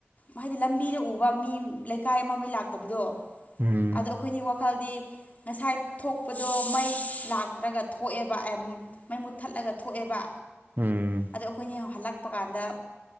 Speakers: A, on the left; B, on the right.
A: ꯍꯥꯏꯗꯤ ꯂꯝꯕꯤꯗ ꯎꯕ ꯃꯤ ꯂꯩꯀꯥꯏ ꯑꯃꯃꯩ ꯂꯥꯛꯇꯕꯗꯣ
B: ꯎꯝ
A: ꯑꯗꯣ ꯑꯩꯈꯣꯏꯒꯤ ꯋꯥꯈꯜꯗꯤ ꯉꯁꯥꯏ ꯊꯣꯛꯄꯗꯣ ꯃꯩ ꯂꯥꯛꯇ꯭ꯔꯒ ꯊꯣꯛꯑꯦꯕ ꯑ ꯃꯩ ꯃꯨꯠ ꯊꯠꯂꯒ ꯊꯣꯛꯑꯦꯕ
B: ꯎꯝ ꯎꯝ
A: ꯑꯗꯣ ꯑꯩꯈꯣꯏꯅ ꯍꯜꯂꯛꯄ ꯀꯥꯟꯗ